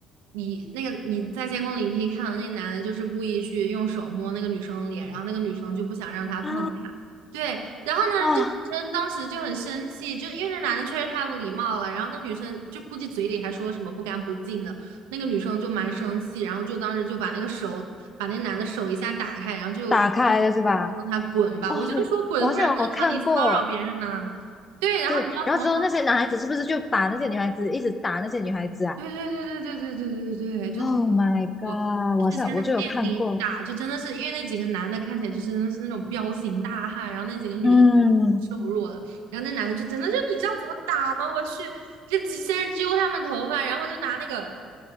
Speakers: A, on the right; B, on the left.
A: 你那个你在监控里，你可以看到那个男的，就是故意去用手摸那个女生的脸，然后那个女生就不想让他碰她。
B: 啊
A: 对，然后呢，
B: 哇，
A: 这女生当时就很生气，就因为那男的确实太不礼貌了，然后那女生就估计嘴里还说什么不干不净的，那个女生就蛮生气，然后就当时就把那个手把那男的手一下打开，然后就
B: 打开了是吧？
A: 让他滚吧。
B: 哦，
A: 我就说滚不是很正常，
B: 我好像有看过，
A: 你骚扰别人呐、对，然后你知道怎么吗？
B: 对，然后之后那些男孩子是不是就把那些女孩子一直打那些女孩子啊
A: 对对对对对对对对对对，就特别恐怖。
B: ？Oh my god，
A: 之前在店里打，
B: 我好像我就有看过，
A: 就真的是因为那几个男的看起来就是真的是那种彪形大汉，然后那几个女的
B: 嗯
A: 瘦弱的，然后那男的就真的就你知道怎么打吗？我去，就几先是揪他们头发，然后就拿那个